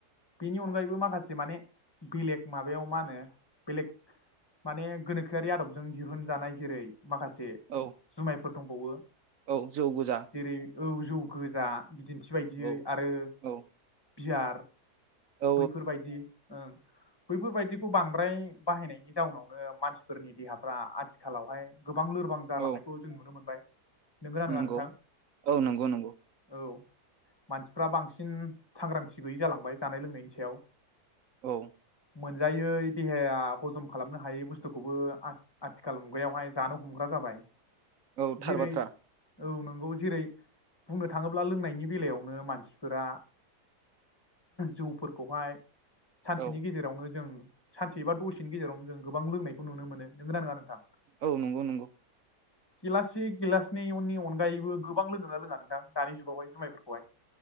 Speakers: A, on the left; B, on the right.
A: बेनि अनगायैबो माखासे माने बेलेग माबायाव मा होनो बेलेग माने गोनोखोआरि आदबजों दिहुनजानाय जेरै माखासे
B: औ
A: जुमाय फोर दंबावो।
B: औ जौ गोजा
A: जेरै औ जौ गोजा बिदिन्थि बायदियै
B: औ
A: आरो
B: औ
A: बियार
B: औ
A: बैफोर बायदि ओं बैफोर बायदिखौ बांद्राय बाहायनायनि जाउनावनो मानसिफोरनि देहाफ्रा आथिखालावहाय गोबां लोरबां जालांनायखौ
B: औ
A: जों नुनो मोनबाय। नोंगो ना नोङा
B: नंगौ
A: नोंथां?
B: औ नंगौ नंगौ।
A: औ मानसिफ्रा बांसिन सांग्रांथि गैयि जालांबाय जानाय लोंनायनि सायाव
B: औ।
A: मोनजायै देहाया हजम खालामनो हायै बुस्थुखौबो आ-आथिखाल मुगायावहाय जानो हमग्रा जाबाय
B: औ थार
A: जेरै
B: बाथ्रा
A: औ नोंगौ जेरै। बुंनो थाङोब्ला लोंनायनि बेलायावनो मानसिफोरा जौफोर गहाय। सानसेनि
B: औ
A: गेजेरावनो जों सानसे एबा दसेनि गेजेरावनो जों गोबां लोंनायखौ नुनो मोनो नोंगोना नोङा नोंथां।
B: औ नंगौ नंगौ
A: गिलासि गिलासनैय निय अनगायैबो गो गोबां लोंगोना लोङा नोंथां दानि जुगावहाय जुमायफोरखौहाय।